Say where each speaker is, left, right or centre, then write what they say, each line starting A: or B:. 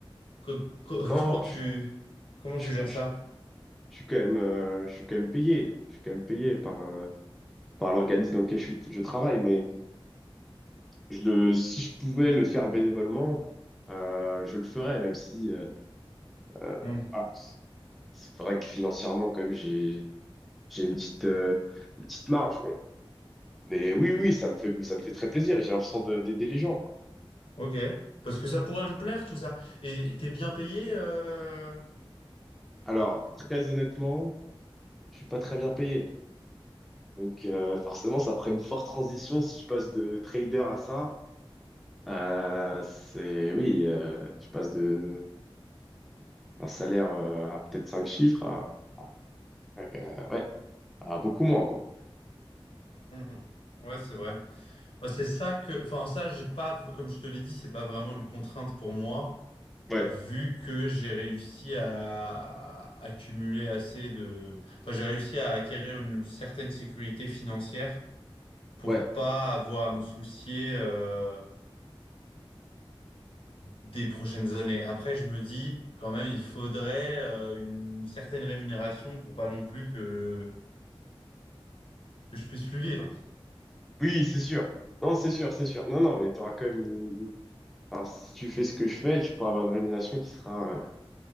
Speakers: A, on the left; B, in the centre.
A: co- co- <laughs>
B: Non,
A: comment tu,
B: je,
A: comment
B: je,
A: tu gères
B: je-
A: ça?
B: je suis quand même, euh, je suis quand même payé, je suis quand même payé par euh, par l'organisme dans lequel je, suis- je travaille, mais je le, si je pouvais le faire bénévolement, euh, je le ferais, même si euh, Euh,
A: Hmm,
B: voilà. C'est vrai que financièrement, quand même, j'ai j'ai une petite euh, une petite marge, mais mais oui, oui, oui, ça me fait ça me fait très plaisir et j'ai l'impression de- d'aider les gens, quoi.
A: ok. Parce que ça pourrait me plaire tout ça. Et t'es bien payé euh,
B: Alors, très honnêtement, je suis pas très bien payé, donc euh, forcément, ça ferait une forte transition si je passe de trader à ça. Euh, c'est oui, euh, tu passes de d'un salaire euh, à peut-être cinq chiffres à, à- euh, ouais à beaucoup moins, quoi.
A: hmm, Ouais, c'est vrai. Moi, C'est ça que, enfin, ça, j'ai pas, comme je te l'ai dit, c'est pas vraiment une contrainte pour moi.
B: Ouais,
A: vu que j'ai réussi à accumuler assez de... Enfin, j'ai réussi à acquérir une certaine sécurité financière pour
B: ouais,
A: pas avoir à me soucier euh, des prochaines années. Après, je me dis, quand même, il faudrait euh, une certaine rémunération pour pas non plus que, que je puisse plus vivre.
B: oui, c'est sûr. Non, c'est sûr, c'est sûr. Non, non, mais tu auras quand même une Enfin, si tu fais ce que je fais, tu pourras avoir une rémunération qui sera euh,